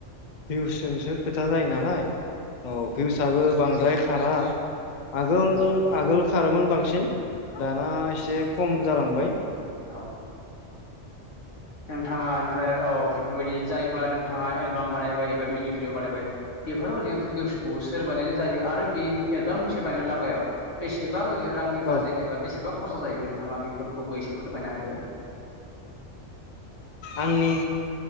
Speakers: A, on the left; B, on the left.
A: भिउसजोंसो खोथा जायो नालाय औ भिउसआबो बांद्राय खारा आगोल-आगोल
B: उम
A: खारोमोन बांसिन दाना
B: आदसा
A: एसे खम जालांबाय
B: औ
A: <inaudible>
B: नोंथाङा ओमफ्राय औ बिफोरबायदि जायोबा नोंथाङा एलबाम बानायबायोबा <unintelligible> <unintelligible> सोर बानायनानै जायो आरो बे एलबाम मोनसे बानायनाय लागायाव बेसे बां ओरैनो रांनि
A: औ
B: बाजेट एबा बेसेबां खरसा जायो नोंथाङा बेफोरखौबो एसे फोरमायना होदो
A: आंनि